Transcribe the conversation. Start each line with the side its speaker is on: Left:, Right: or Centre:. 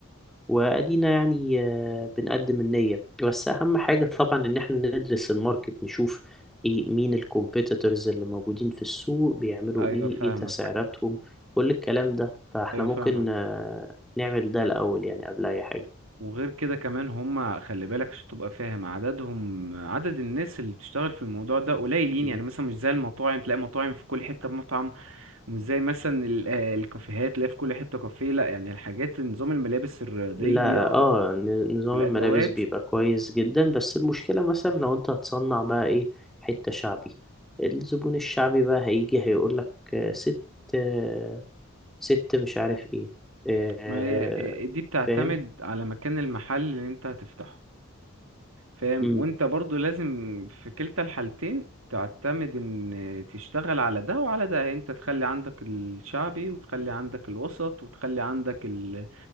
Centre: وأدينا يعني آه، بنقدم النية بس أهم حاجة طبعا إن احنا ندرس الماركت نشوف إيه مين الكومبيتيتورز اللي موجودين في السوق بيعملوا
Right: ايوه
Centre: إيه
Right: فاهمك
Centre: إيه تسعيراتهم كل الكلام ده فاحنا
Right: ايوه
Centre: ممكن
Right: فاهمك
Centre: آه، نعمل ده الأول يعني قبل أي حاجة
Right: وغير كده كمان هم خلي بالك عشان تبقى فاهم عددهم عدد الناس اللي بتشتغل في الموضوع ده قليلين يعني
Centre: مم.
Right: يعني مثلا مش زي المطاعم تلاقي مطاعم في كل حتة مطعم مش زي مثلا ال- آه، الكافيهات تلاقي في كل حتة كافيه لا يعني الحاجات نظام الملابس الرياضية
Centre: لا اه ن- نظام
Right: والأدوات
Centre: الملابس بيبقى كويس جدا بس المشكلة مثلا لو انت هتصنع بقى ايه حتة شعبي الزبون الشعبي بقى هيجي هيقولك آه، ست آه، ست مش عارف ايه آه
Right: ما هي آه، دي بتعتمد
Centre: فاهم
Right: على مكان المحل اللي انت هتفتحه فاهم
Centre: امم
Right: وانت برضو لازم في كلتا الحالتين تعتمد ان تشتغل على ده وعلى ده انت تخلي عندك الشعبي وتخلي عندك الوسط وتخلي عندك ال-